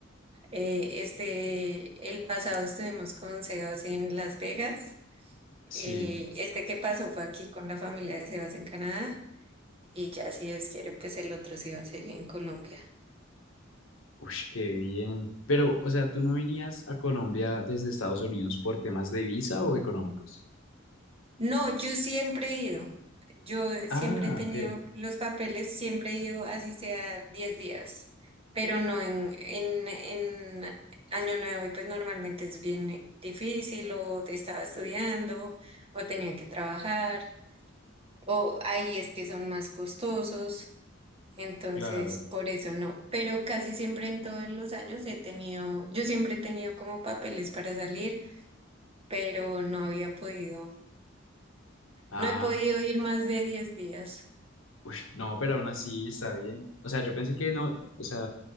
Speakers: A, on the right (about 30°); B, on the left (about 80°).
A: Eh, este, el pasado estuvimos con Sebas en Las Vegas.
B: sí.
A: Eh, este que pasó fue aquí con la familia de Sebas en Canadá. Y ya si Dios quiere, pues el otro sí va a ser en Colombia.
B: Uy, qué bien. Pero, o sea, ¿tú no venías a Colombia desde Estados Unidos por temas de visa o económicos?
A: No, yo siempre he ido. Yo
B: Ah,
A: siempre he tenido
B: ok,
A: los papeles, siempre he ido así sea 10 días, pero no en, en, en Año Nuevo y pues normalmente es bien difícil o te estaba estudiando o tenían que trabajar. o ahí es que son más costosos, entonces
B: claro.
A: por eso no. Pero casi siempre en todos los años he tenido, yo siempre he tenido como papeles para salir, pero no había podido,
B: Ah.
A: no he podido ir más de 10 días.
B: Uy, no, pero aún así está bien. O sea, yo pensé que no, o sea,